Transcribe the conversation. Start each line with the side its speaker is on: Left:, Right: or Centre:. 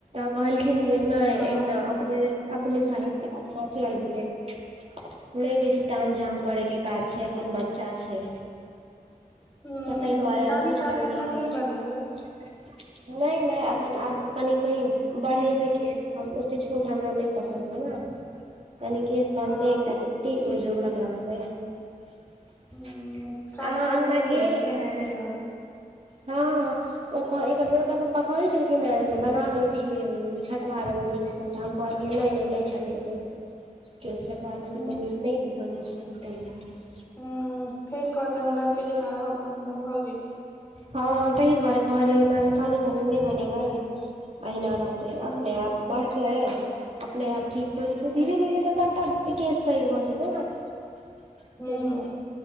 Right: कहलखिन जे नहि
Left: हँ
Right: एहिना अपने अपनेसँ हेत नचरल हेतै नहि बेसी ताम झाम करयके काज छै एखन बच्चा छै
Left: ह
Right: तऽ ताहि दुआरे हमहूँ
Left: कानी
Right: छोड़ि
Left: तानी एखन
Right: देलिए
Left: नहि
Right: नहि
Left: बनेबै
Right: नहि एखन आबू कनि पहि बढ़ेबै केश ओतेक छोट हमरा नहि पसन्द हइ नऽ कनि केश बानतै
Left: हँ
Right: एकटा चट्टी ओहि जोगड़ाक रखबै अ
Left: ह कानी
Right: अङगना
Left: तानी नहि
Right: गेल
Left: बनेबै
Right: रहै
Left: तऽ ठीक रहतै
Right: हँ ओ एकर लोड़का पप्पा कहे छलखिन ह जे बना दय छियै छटवा दे न से तऽ हम कहलियै नहि नहि नहि छटेतै केस आके
Left: ह
Right: तऽ निर्णय भगै छै ता दुआरे
Left: हॅ फेर कहते हम लड़के जकाँ रहब तहन तऽ भऽ गेल
Right: हँ ताहि दुआरे कहलियै ने कानी तानी नहि बनेबै अहिना रह त
Left: ह
Right: अपने आप बढ़तय अपने आप ठीक हो जेतै
Left: ह
Right: धीरे धीरे तऽ सबटा केस <unintelligible> पैघ म जेतै ने त
Left: ह
Right: दुओर